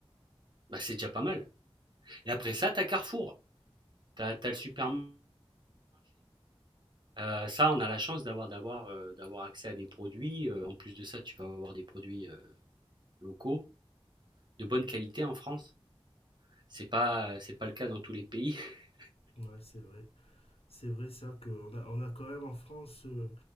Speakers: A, on the right (about 50°); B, on the left (about 75°).
A: bah c'est déjà pas mal. Et après ça, tu as Carrefour. Tu as, le supermarché. Euh, ça, on a la chance d'avoir d'avoir euh, d'avoir accès à des produits. Euh, en plus de ça, tu peux avoir des produits euh, locaux de bonne qualité en France. C'est pas c'est pas le cas dans tous les pays. <laughs>
B: Ouais, c'est vrai. C'est vrai ça qu'on a, on a quand même en France euh,